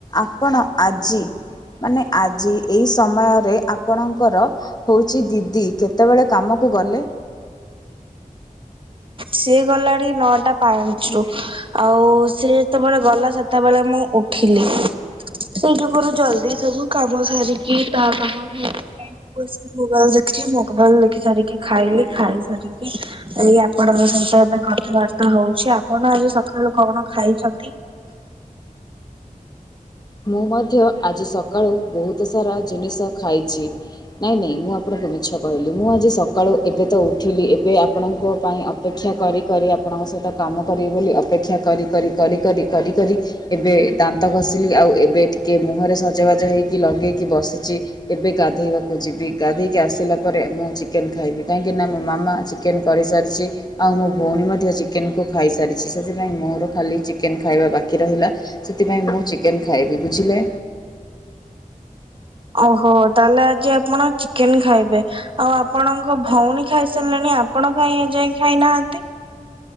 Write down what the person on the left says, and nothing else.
ଆପଣ ଆଜି ମାନେ ଆଜି ଏଇ ସମୟରେ ଆପଣଙ୍କର? ହଉଚି ଦିଦି କେତେବେଳେ କାମକୁ ଗଲେ?
ମୁଁ ମଧ୍ୟ ଆଜି ସକାଳୁ ବହୁତ ସାରା ଜିନିଷ ଖାଇଛି। ନାଇଁ ନାଇଁ ମୁଁ ଆପଣଙ୍କୁ ମିଛ କହିଲି ମୁଁ ଆଜି ସକାଳୁ ଏବେ ତ ଉଠିଲି ଏବେ ଆପଣଙ୍କ ପାଇଁ ଅ ଅପେକ୍ଷା କରି କରି ଆପଣଙ୍କ ସହିତ କାମ କରିବି ବୋଲି ଅପେକ୍ଷା କରି କରି କରି କରି କରି କରି ଏବେ ଦାନ୍ତ ଘଷିଲି ଆଉ ଏବେ ଟିକେ ମୁହଁରେ ସଜବାଜ ହେଇକି ଲଗେଇକି ବସିଚି। ଏବେ ଗାଧେଇବାକୁ ଯିବି ଗାଧେଇକି ଆସିଲା ପରେ ମୁଁ ଚିକେନ ଖାଇବି। କାହିଁକିନା ମୋ ମାମା ଚିକେନ କରିସାରିଚି। ଆଉ ମୋ ଭଉଣୀ ମଧ୍ୟ ଚିକେନକୁ ଖାଇସାରିଚି ସେଥିପାଇଁ ମୋର ଖାଲି ଚିକେନ ଖାଇବା ବାକି ରହିଲା। ସେଥିପାଇଁ ମୁଁ ଚିକେନ ଖାଇବି ବୁଝିଲେ?